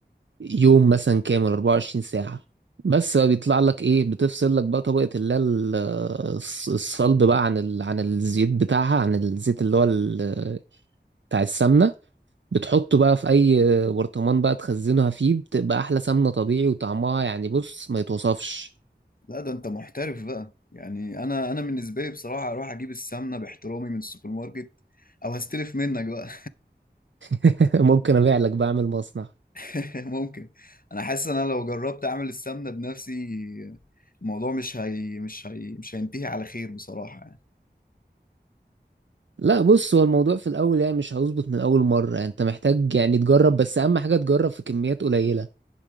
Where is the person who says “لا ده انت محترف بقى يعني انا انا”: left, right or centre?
Left